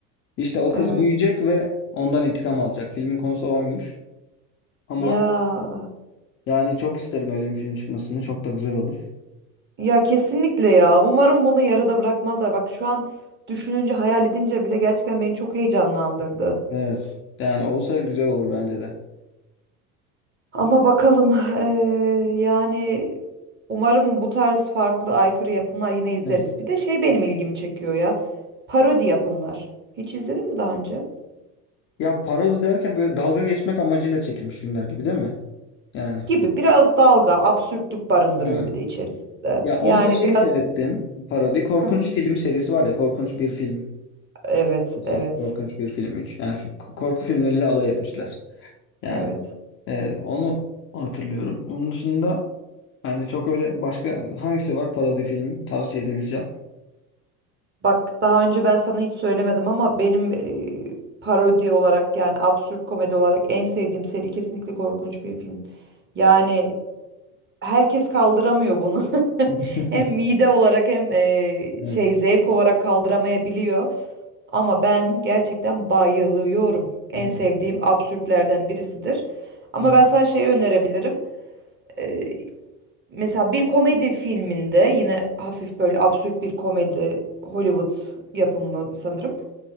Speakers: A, on the left (about 30°); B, on the right (about 25°).
A: İşte o kız
B: Evet.
A: büyüyecek ve ondan intikam alacak. Filmin konusu oymuş. Ama
B: Ya.
A: yani çok isterim öyle bir film çıkmasını. Çok da güzel olur.
B: Ya kesinlikle ya. Umarım bunu yarıda bırakmazlar. Bak şu an düşününce, hayal edince bile gerçekten beni çok heyecanlandırdı.
A: Evet. Yani olsa güzel olur bence de.
B: Ama bakalım eee, yani umarım bu tarz farklı aykırı yapımlar yine izleriz.
A: Evet.
B: Bir de şey benim ilgimi çekiyor ya. Parodi yapımlar. Hiç izledin mi daha önce?
A: Ya parodi derken böyle dalga geçmek amacıyla çekilmiş filmler gibi değil mi? Yani.
B: Gibi biraz dalga, absürtlük barındırıyor
A: Hı.
B: bir de içerisinde.
A: Ya
B: Yani
A: onu da şeyi
B: biraz
A: seyrettim. Parodi. Korkunç
B: Hı hı.
A: film serisi var ya. Korkunç bir film
B: evet,
A: iki
B: evet,
A: Korkunç bir film üç Yani f- korku filmleriyle alay etmişler. Yani
B: evet.
A: evet, onu hatırlıyorum. Onun dışında hani çok öyle başka hangisi var parodi film tavsiye edebileceğim.
B: Bak daha önce ben sana hiç söylemedim ama benim eee, parodi olarak yani absürt komedi olarak en sevdiğim seri kesinlikle korkunç bir film. Yani herkes kaldıramıyor bunu. <laughs>
A: <laughs>
B: Hem mide olarak hem e,
A: Evet.
B: şey zevk olarak kaldıramayabiliyor. Ama ben gerçekten bayılıyorum. En
A: güzel.
B: sevdiğim absürtlerden birisidir. Ama
A: Hı hı.
B: ben sana şey önerebilirim. E, mesela bir komedi filminde yine hafif böyle absürt bir komedi Hollywood yapımı sanırım.